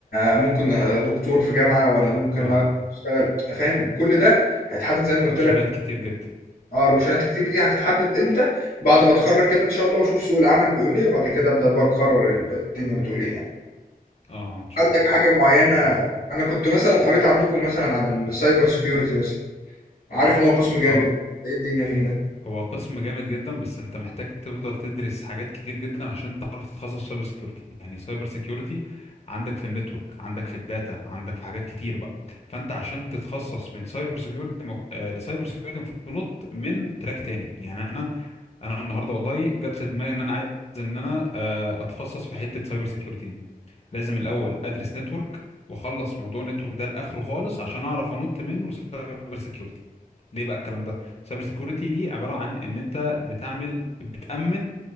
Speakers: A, on the left; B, on the left.
A: آه، ممكن دكتور في جامعة ولا ممكن
B: اه
A: اشتغل فاهم كل ده هيتحدد زي ما
B: اوبشنات
A: قلت لك
B: كتير جدا
A: اه الاوبشنات كتير دي هتتحدد امتى بعد ما اتخرج كده ان شاء الله واشوف سوق العمل بيقول ايه وبعد كده ابدا بقى اقرر الدنيا بتقول ايه يعني
B: اه ان شاء
A: عندك
B: الله
A: حاجه معينه
B: ربنا يوفقك.
A: انا كنت مثلا قريت عندكم مثلا عن السايبر سيكيورتي مثلا عارف ان هو قسم جامد
B: اه
A: ايه الدنيا فيه ده
B: هو قسم جامد جدا بس انت محتاج تفضل تدرس حاجات كتير جدا عشان تعرف تتخصص في سايبر سيكيورتي يعني سايبر سيكيورتي عندك في النتورك عندك في الداتا عندك في حاجات كتير بقى فانت عشان تتخصص من سايبر سيكيورتي مف... آه، لسايبر سيكيورتي المفروض تنط من تراك تاني يعني انا انا النهارده والله جت في دماغي ان انا عايز ان انا آه، اتخصص في حتة سايبر سيكيورتي دي. لازم الاول ادرس نتورك واخلص موضوع النتورك ده لاخره خالص عشان اعرف انط منه سايبر سيكيورتي ليه بقى الكلام ده سايبر سيكيورتي دي عباره عن ان انت بتعمل بتامن